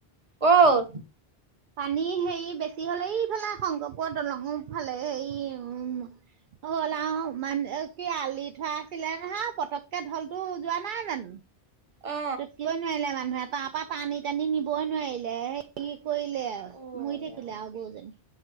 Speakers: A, on the right (about 35°); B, on the right (about 60°).
A: ক'ত।
B: পানী হেৰি বেছি হ'লে এইফালে শংকৰপুৰৰ দলংৰ ফালে এই উ। হ'ল আহ মান কি আলি থোৱা আছিলে নহয় পতককে ঢল যোৱা নাই জানো।
A: অ
B: তাত কিবই নোৱাৰিলে মানুহে তাৰ পৰা পানী টানি নিবৈ নোৱাৰিলে। কি কৈলে
A: অ'।
B: মই থাকিলে আ গৰুজনী।